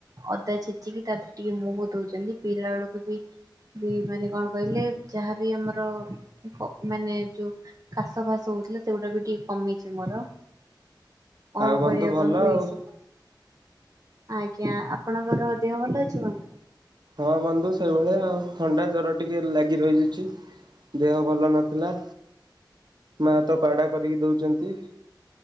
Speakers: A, on the right; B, on the right.
A: ଅଦା ଛେଚିକି ତା ଦେହରେ ଟିକେ ମୁହଁ ଧୋଉଚନ୍ତି ପିିଲାବେଳକୁ ବି ବି ମାନେ କଣ କହିଲେ ଯାହାବି ଆମର କ ମାନେ ଯୋଉ କାଶ ଫାସ ହଉଥିଲା ସେଗୁଡାବି ଟିକେ କମିଚି ମୋର। କଣ
B: ଆଉ
A: କରିବା
B: ଭଲ
A: ବନ୍ଧୁ ଏଇ
B: ଆଉ।
A: ସ ଆଜ୍ଞା ଆପଣଙ୍କର ଦେହ ଭଲ ଅଛି ବନ୍ଧୁ?
B: ହଁ ବନ୍ଧୁ ସେଇଭଳିଆ ଆଉ ଥଣ୍ଡା ଜର ଟିକେ ଲାଗି ରହିଯାଉଚି। ଦେହ ଭଲ ନଥିଲା। ମା ତ କାଡା କରିକି ଦଉଚନ୍ତି